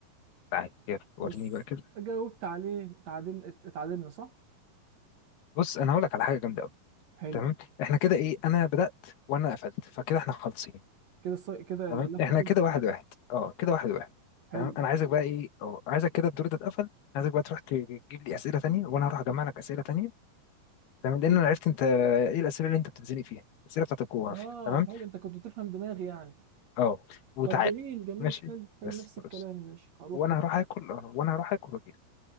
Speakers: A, on the left; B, on the right.
A: تعال يلا وريني
B: بص
A: بقى كده
B: جاوبت عليه اتعادل ات- اتعادلنا صح
A: بص انا هقول لك على حاجه جامده قوي
B: حلو
A: تمام احنا كده ايه انا بدات وانا قفلت فكده احنا خالصين
B: كده الص... كده
A: تمام
B: اللفه
A: احنا
B: خلصت
A: كده واحد
B: يعني
A: واحد اه كده واحد واحد
B: حلو
A: تمام انا عايزك بقى ايه اه عايزك كده الدور ده اتقفل عايزك بقى تروح تجيب لي اسئله تانية وانا هروح اجمع لك اسئله تانية تمام لان
B: حلو
A: انا عرفت انت ايه الاسئله اللي انت بتتزنق فيها الاسئله بتاعت الجغرافيا
B: اه
A: تمام
B: حلو انت كنت تفهم دماغي يعني
A: اه وتعال
B: طب جميل جميل
A: ماشي
B: حلو حلو
A: بس
B: نفس الكلام
A: خلاص
B: يا باشا هروح
A: وانا
B: دلوقتي
A: هروح اكل اه وانا هروح اكل واجي